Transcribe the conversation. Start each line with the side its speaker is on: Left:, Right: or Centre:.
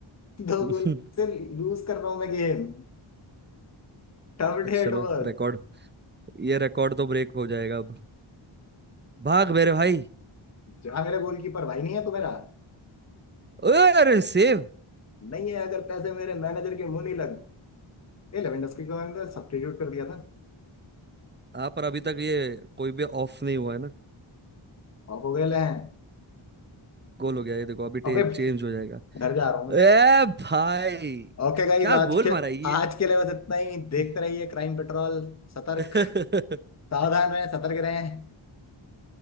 Left: दो
Right: <laughs>
Left: गोल से लूज कर रहा हूँ मैं game Tough day
Right: चलो
Left: at work
Right: रिकॉर्ड ये रिकॉर्ड तो ब्रेक हो जाएगा अब भाग मेरे भाई
Left: जहाँ मेरा गोलकीपर भाई नहीं है तो मेरा
Right: ओए, अरे सेव
Left: नहीं है अगर पैसे मेरे मैनेजर के मुंह नहीं लग ये लेवेंडोस्की को मैंने सब्स्टिट्यूट कर दिया था
Right: हाँ पर अभी तक ये कोई भी ऑफ नहीं हुआ है ना
Left: ऑफ हो गए ले हैं
Right: गोल हो गया ये देखो अभी
Left: अबे
Right: चेंज हो जाएगा
Left: घर जा रहा हूँ मैं
Right: ए भाई
Left: ओके गाइज
Right: क्या
Left: आज
Right: गोल
Left: के
Right: मारा है ये
Left: आज के लिए बस इतना ही देखते
Right: <laughs>
Left: रहिए क्राइम पेट्रोल सतर्क
Right: <laughs>
Left: सावधान रहें सतर्क रहें